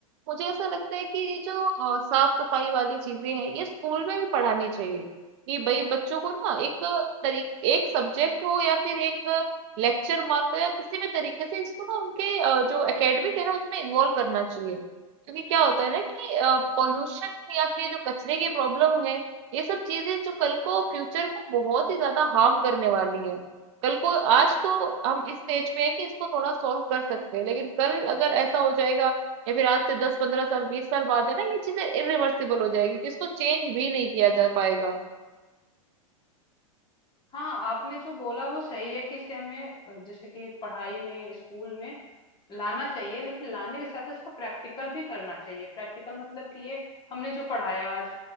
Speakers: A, on the right (about 55°); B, on the left (about 25°).
A: मुझे ऐसा लगता है कि ये जो अ, साफ-सफाई वाली चीज़ें हैं, ये स्कूल में भी पढ़ानी चाहिए, कि भई बच्चों को ना एक तरी एक सब्जेक्ट हो या फिर एक लेक्चर मान लो या किसी भी तरीके से इसको ना उनके अ, जो एकेडमिक है ना उसमें इन्वॉल्व करना चाहिए। क्योंकि क्या होता है ना कि अ, पॉल्यूशन या फिर ये जो कचरे की प्रॉब्लम है, ये सब चीज़ें जो कल को फ्यूचर को बहुत ही ज़्यादा हार्म करने वाली है। कल को आज तो हम इस स्टेज पे हैं कि इसको थोड़ा सॉल्व कर सकते हैं, लेकिन कल अगर ऐसा हो जाएगा या फिर आज से दस पंद्रह साल बीस साल बाद है ना ये चीजें इरिवर्सिबल हो जाएगी कि इसको चेंज भी नहीं किया जा पाएगा
B: हाँ आपने जो बोला वो सही है कि इसे हमें अ, जैसे कि पढ़ाई में स्कूल में लाना चाहिए लेकिन लाने के साथ इसका प्रैक्टिकल भी करना चाहिए प्रैक्टिकल मतलब कि ये हमने जो पढ़ाया आज